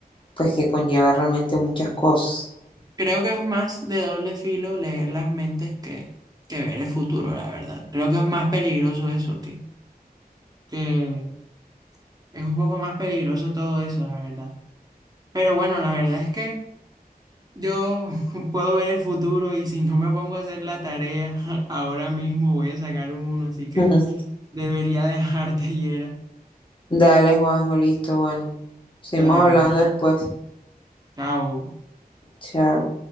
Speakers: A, on the left; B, on the right.
A: pues que conlleva realmente muchas cosas.
B: Creo que es más de doble filo leer las mentes que, que ver el futuro, la verdad. Creo que es más peligroso eso, que, que es un poco más peligroso todo eso, la verdad. Pero bueno, la verdad es que yo <laughs> puedo ver el futuro y si no me pongo a hacer la tarea <laughs> ahora mismo voy a sacar un uno, así que
A: <laughs>
B: debería <laughs> dejarte, Yera.
A: Dale, Juanjo, listo, bueno. Seguimos
B: Dale,
A: hablando
B: pues.
A: después.
B: Chao.
A: Chao.